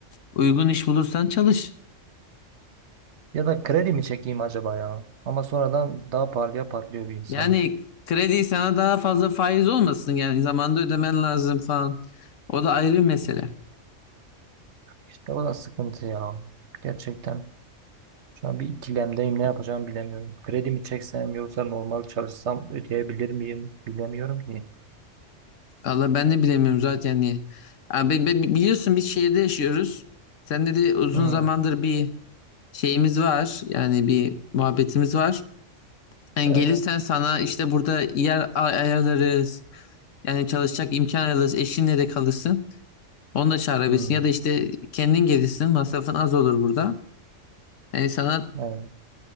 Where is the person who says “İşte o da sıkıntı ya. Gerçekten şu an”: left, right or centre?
Right